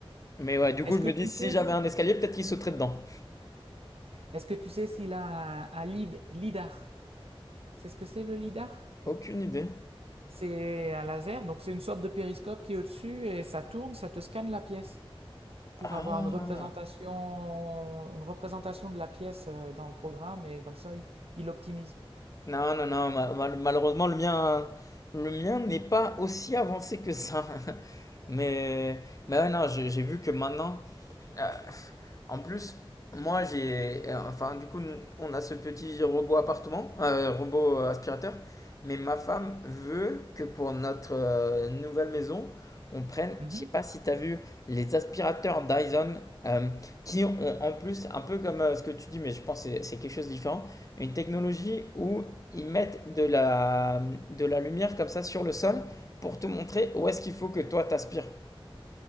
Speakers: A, on the left (about 35°); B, on the right (about 80°).
A: mais ouais, du coup
B: Est-ce
A: je
B: que
A: me
B: tu
A: dis si
B: sais
A: j'avais
B: si-
A: un escalier, peut-être qu'il sauterait dedans.
B: est-ce que tu sais s'il a un, un lead, lidar? C'est ce que c'est le lidar?
A: Aucune idée.
B: C'est un laser, donc c'est une sorte de périscope qui est au-dessus et ça tourne, ça te scanne la pièce pour
A: Ah.
B: avoir une représentation, une représentation de la pièce euh, dans le programme et comme ça, il, il optimise.
A: Non, non, non, ma- mal- malheureusement, le mien, le mien n'est pas aussi avancé que ça. <laughs> Mais, mais ouais, non, j'ai j'ai vu que maintenant, euh, En plus, moi j'ai, euh, enfin du coup, n- on a ce petit robot appartement, euh, robot euh, aspirateur, mais ma femme veut que pour notre euh, nouvelle maison, on prenne,
B: Mhm.
A: je sais pas si tu as vu, les aspirateurs Dyson, euh, qui ont en plus, un peu comme euh, ce que tu dis, mais je pense que c'est c'est quelque chose de différent, une technologie où ils mettent de la, de la lumière comme ça sur le sol pour te montrer où est-ce qu'il faut que toi t'aspires.